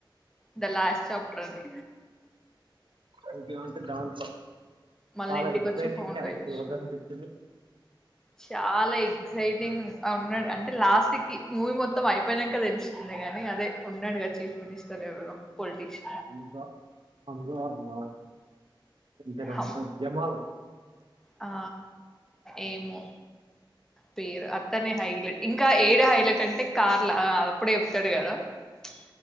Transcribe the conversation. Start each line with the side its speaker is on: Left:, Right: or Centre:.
Centre: ద లాస్ట్ చాప్టర్ అది
Right: ఇంకేమంటే దాంట్లో
Centre: మళ్ళీ
Right: చాలా
Centre: ఇంటికి
Right: ఎగ్జైటింగ్
Centre: వచ్చి ఫోన్
Right: క్యారెక్టర్
Centre: పే ఎష్న
Right: ఎవరిది అనిపించింది
Centre: చాల ఎక్సైటింగ్ ఉన్నాడు అంటే లాస్ట్ కి మూవీ మొత్తం అయిపోయినంక తెలిసింది గాని అదే ఉన్నాడు గ చీఫ్ మినిస్టర్ ఎవరో పోల్టిష్
Right: ఇంకా పంజారాలు ఏం పేరో
Centre: హమ్
Right: ఉంటది జమల్
Centre: ఆ ఏమో పేరు అత్తనే హైలేట్ ఇంక ఏడ హైలట్ అంటే కార్ల ఆ అప్పుడే చెప్తడు కద ప్చ్